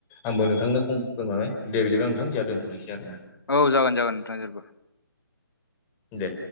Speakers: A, on the left; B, on the left.
A: आंबो नोंथांनो फंनैसिगोन माबाय दे बिदिबा नोंथां जों दोनथ'नोसै आरोना
B: औ जागोन जागोन नोंथां
A: दे